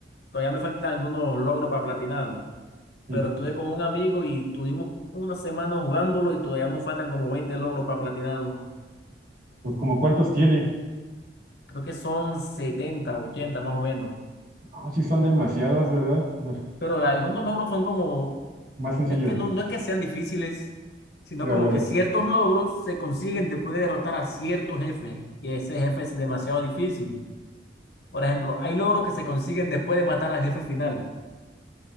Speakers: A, on the left; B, on the right.
A: Todavía me faltan algunos logros para platinarlo.
B: sí.
A: Pero estuve con un amigo y tuvimos una semana jugándolo y todavía nos faltan como 20 logros para platinarlo.
B: Pues como cuántos tiene.
A: Creo que son 70 o 80 más o menos.
B: Ah, sí, son demasiadas, ¿verdad? No,
A: Pero algunos logros son como,
B: más sencillo.
A: es que no, no es que sean difíciles, sino
B: Ya,
A: como
B: ya
A: que
B: veo.
A: ciertos logros se consiguen después de derrotar a cierto jefe y ese jefe es demasiado difícil. Por ejemplo, hay logros que se consiguen después de matar al jefe final